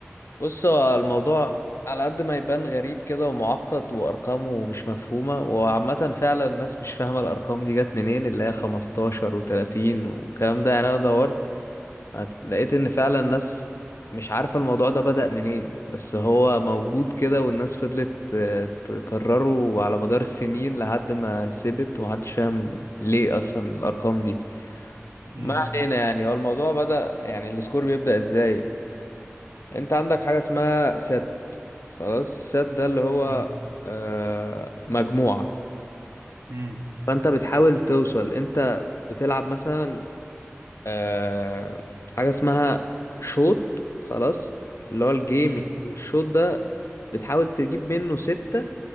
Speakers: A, on the left (about 75°); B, on the right (about 75°).
A: بص هو الموضوع على قد ما يبان غريب كده ومعقد وأرقامه مش مفهومة وعامة فعلا الناس مش فاهمة الأرقام دي جت منين اللي هي 15 و30 والكلام ده يعني أنا دورت هت- لقيت ان فعلا الناس مش عارفة الموضوع ده بدأ منين بس هو موجود كده والناس فضلت آه، تكرره على مدار السنين لحد ما سبت ومحدش فاهم ليه اصلا الارقام دي
B: امم
A: ما علينا يعني هو الموضوع بدأ يعني السكور بيبدأ ازاي انت عندك حاجة اسمها سات خلاص سات ده اللي هو
B: امم
A: آه، مجموعة
B: امم
A: فانت بتحاول توصل انت بتلعب مثلا آه حاجة اسمها شوط خلاص اللي هو الجيم
B: امم
A: يعني الشوط ده بتحاول تجيب منه ستة